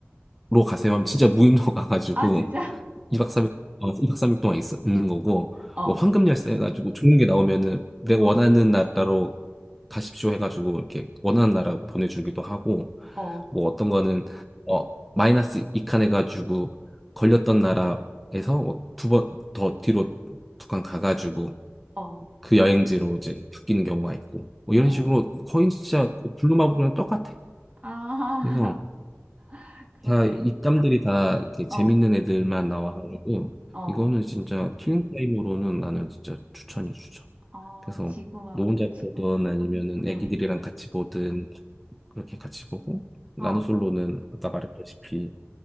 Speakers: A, in the centre; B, on the right (about 30°).
A: 가세요 하면 진짜 무인도 <laughs> 가가지고
B: 아, 진짜?
A: 2박 3일, 어, 이 박 삼일 동안 있, 있는 거고,
B: 어,
A: 뭐 황금 열쇠 해가지고 좋은 게 나오면은 내가
B: 어,
A: 원하는 나라로 가십시오 해가지고 이렇게 원하는 나라 보내주기도 하고,
B: 어,
A: 뭐 어떤 거는, 어, 마이너스 2칸 해가지고 걸렸던 나라에서 뭐 두 번 더 뒤로 두 칸 가가지고
B: 어,
A: 그 여행지로 이제 바뀌는 경우가 있고 뭐 이런
B: 어.
A: 식으로 거의 진짜 그 블루마블이랑 똑같아.
B: 아,
A: 그래서
B: <laughs> 그렇게,
A: 다 입담들이 다 이렇게 재밌는
B: 어,
A: 애들만 나와가지고
B: 어,
A: 이거는 진짜 킬링 타임으로는 나는 진짜 추천이야 추천.
B: 어,
A: 그래서
B: 지구마블,
A: 너 혼자
B: 지구마블.
A: 보든 아니면은
B: 응,
A: 애기들이랑 같이 보든 그렇게 같이 보고 나는
B: 어,
A: 솔로는 아까 말했다시피